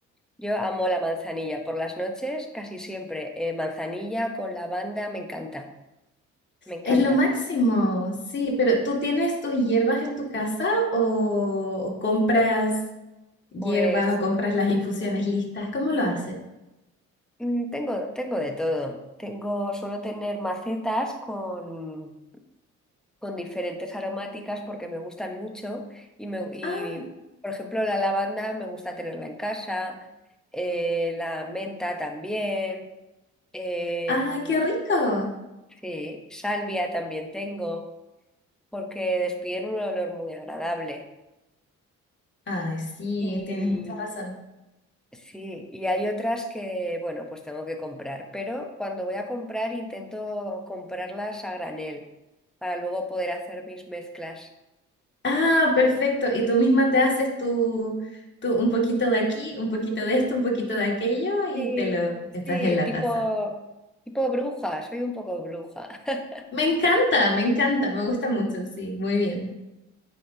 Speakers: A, in the centre; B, on the left.
A: Yo amo la manzanilla. Por las noches, casi siempre, eh, manzanilla con lavanda, me encanta, me encanta.
B: Es lo máximo, sí, pero ¿tú tienes tus hierbas en tu casa o compras hierbas
A: Pues
B: o compras las infusiones listas? ¿Cómo lo haces?
A: mm, tengo, tengo de todo. Tengo, suelo tener macetas con con diferentes aromáticas porque me gustan mucho y, me, y
B: Ah,
A: por ejemplo, la lavanda me gusta tenerla en casa, eh, la menta también, em,
B: ah, qué rico.
A: sí, salvia también tengo porque despiden un olor muy agradable.
B: Ay, sí,
A: Y
B: tienes mucha razón.
A: sí, y hay otras que, bueno, pues tengo que comprar, pero cuando voy a comprar intento comprarlas a granel para luego poder hacer mis mezclas.
B: Ah, perfecto. Y tú misma te haces tu, tu un poquito de aquí, un poquito de esto, un poquito de aquello y
A: Sí,
B: te lo estás
A: sí,
B: en la
A: tipo,
B: taza.
A: tipo bruja, soy un poco bruja. <laughs>
B: Me encanta, me encanta, me gusta mucho, sí, muy bien,